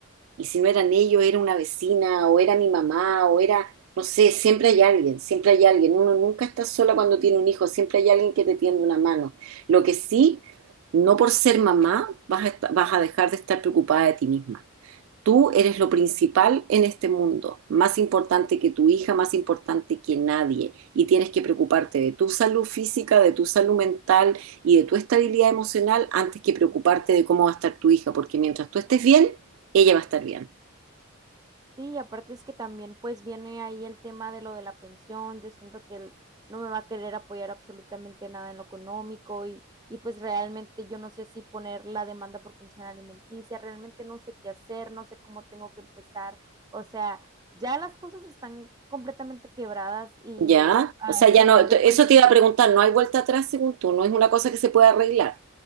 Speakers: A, on the right (about 70°); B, on the right (about 20°).
A: Y si no eran ellos, era una vecina, o era mi mamá, o era, no sé, siempre hay alguien, siempre hay alguien. Uno nunca está sola cuando tiene un hijo, siempre hay alguien que te tiende una mano. Lo que sí, no por ser mamá vas a, esta- vas a dejar de estar preocupada de ti misma. Tú eres lo principal en este mundo, más importante que tu hija, más importante que nadie. Y tienes que preocuparte de tu salud física, de tu salud mental y de tu estabilidad emocional antes que preocuparte de cómo va a estar tu hija, porque mientras tú estés bien, ella va a estar bien.
B: Sí, y aparte es que también pues viene ahí el tema de lo de la pensión, yo siento que él no me va a querer apoyar absolutamente nada en lo económico y, y pues realmente yo no sé si poner la demanda por pensión alimenticia, realmente no sé qué hacer, no sé cómo tengo que empezar, o sea, ya las cosas están completamente quebradas y
A: Ya,
B: al
A: o sea, ya
B: final
A: no, t-
B: de cuentas
A: eso te iba a preguntar, no hay vuelta atrás según tú, no es una cosa que se pueda arreglar.